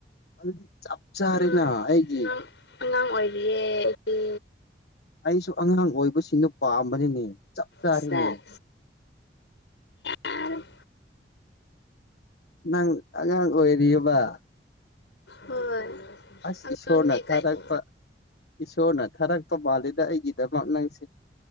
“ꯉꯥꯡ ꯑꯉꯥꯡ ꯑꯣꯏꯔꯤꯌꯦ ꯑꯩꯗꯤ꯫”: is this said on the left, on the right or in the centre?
Left